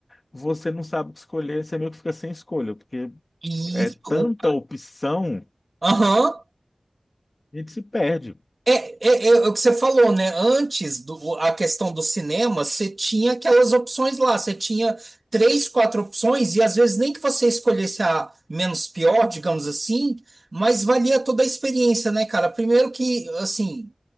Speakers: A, on the left (about 50°); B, on the right (about 60°).
A: você não sabe o que escolher, você meio que fica sem escolha, porque
B: E
A: é tanta
B: o.
A: opção,
B: Aham.
A: a gente se perde.
B: É, é- é o que você falou, né? Antes do, o- a questão do cinema, você tinha aquelas opções lá, você tinha três, quatro opções, e às vezes nem que você escolhesse a menos pior, digamos assim, mas valia toda a experiência, né, cara? Primeiro que, assim,